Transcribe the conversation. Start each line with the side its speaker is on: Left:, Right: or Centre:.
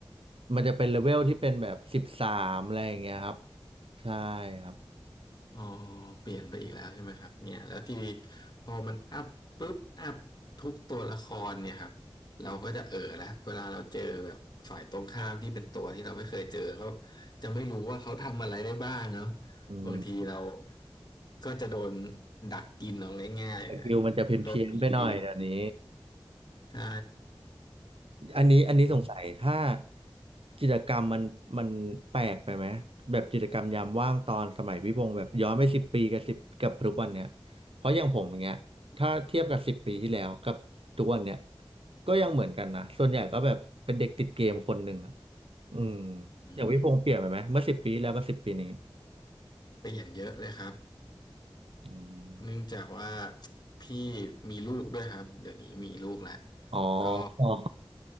Right: มันจะเป็นเลเวลที่เป็นแบบสิบสามอะไรอย่างเงี้ยครับใช่ครับ
Left: อ๋อเปลี่ยนไปอีกแล้วใช่ไหมครับเนี่ยแล้วทีนี้พอมันอัพปุ๊บอัพทุกตัวละครเนี่ยครับเราก็จะเออแล้วเวลาเราเจอแบบฝ่ายตรงข้ามที่เป็นตัวที่เราไม่เคยเจอเขาจะไม่รู้ว่าเขาทำอะไรได้บ้างเนาะ
Right: อืม
Left: บางทีเราก็จะโดนดักกินเอาง่ายๆโดนบีบอีก
Right: สกิลมันจะเพี้ยนๆไปหน่อยเดี๋ยวนี้
Left: ใช่
Right: อันนี้อันนี้สงสัยถ้า
Left: อืม
Right: กิจกรรมมันมันแปลกไปไหมแบบกิจกรรมยามว่างตอนสมัยพี่พงศ์แบบย้อนไปสิบปีกับสิบกับทุกวันเนี้ยเพราะอย่างผมอย่างเงี้ยถ้าเทียบกับสิบปีที่แล้วกับทุกวันเนี้ยก็ยังเหมือนกันนะส่วนใหญ่ก็แบบเป็นเด็กติดเกมคนหนึ่งอ่ะอืม
Left: อืม
Right: อย่างพี่พงศ์เปลี่ยนไปไหมเมื่อสิบปีแล้วกบสิบปีนี้
Left: เปลี่ยนเยอะเลยครับ
Right: อืม
Left: เนื่องจากว่าพี่มีลูกด้วยครับเดี๋ยวนี้มีลูกแล้ว
Right: อ๋อ
Left: ก็
Right: อ๋อ